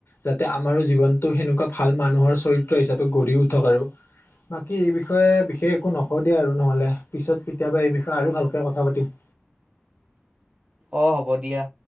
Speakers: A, on the left; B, on the right.
A: যাতে আমাৰো জীৱনতটো সেনেকুৱা ভাল মানুহৰ চৰিত্ৰ হিচাপে গঢ়ি উঠক আৰু। বাকী এই বিষয়ে বিশেষ একো নকওঁ দিয়া আৰু নহলে পিছত কেতিয়াবা এই বিষয়ে আৰু ভালকে কথা পাতিম।
B: অ হ'ব দিয়া।